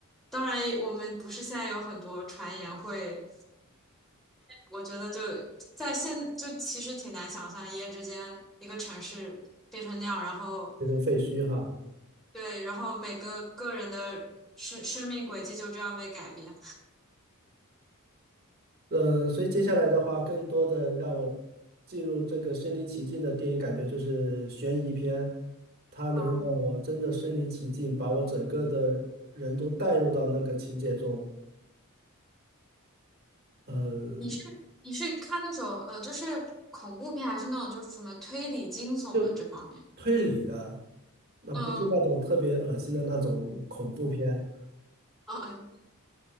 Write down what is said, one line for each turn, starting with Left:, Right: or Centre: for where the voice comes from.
Centre: 当然也我们不是现在有很多传言会，我觉得就在现就其实挺难想象，一夜之间一个城市变成那样，然后
Right: 这个废墟哈。
Centre: 对，然后每个个人的生生命轨迹就这样被改变。
Right: 嗯，所以接下来的话，更多的让我进入这个身临其境的电影感觉就是悬疑片，它能让我真的身临其境，
Centre: 嗯，
Right: 把我整个的人都带入到那个情节中。嗯，
Centre: 你是你是看那种呃，就是恐怖片，还是那种就是什么推理惊悚的这方面？
Right: 就推理的，那不是那种特别恶心的那种恐怖片。
Centre: 嗯嗯。嗯